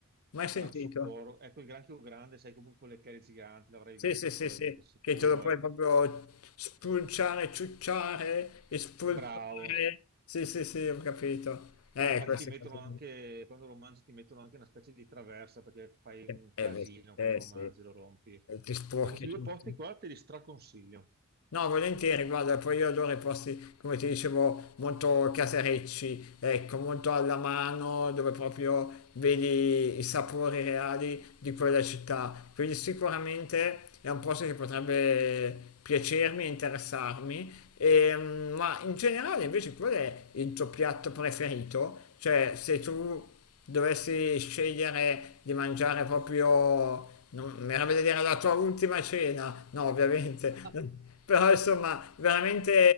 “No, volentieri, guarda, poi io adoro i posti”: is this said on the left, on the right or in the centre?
Left